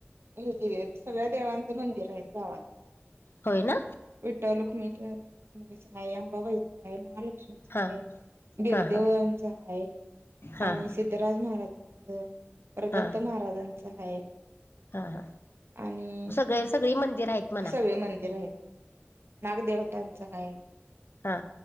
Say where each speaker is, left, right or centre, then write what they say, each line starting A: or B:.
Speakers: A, on the right (about 70°); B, on the left (about 65°).
A: हेच सगळ्या देवांचं मंदिर आहेत गावात.
B: होय ना
A: विठ्ठल -रुक्मिणी, आईआंबाबाई आहे. महालक्ष्मीचा
B: हा
A: आहे, बीरदेवांचा
B: हा हा
A: आहे
B: हा
A: आणि सिद्धराज महाराजांचं, परत
B: हा
A: दत्त महाराजांचं आहे.
B: हा हा
A: आणि
B: सगळे सगळी मंदिर आहेत म्हणा
A: सगळे मंदिर आहेत. नागदेवतांचा आहे.
B: हा,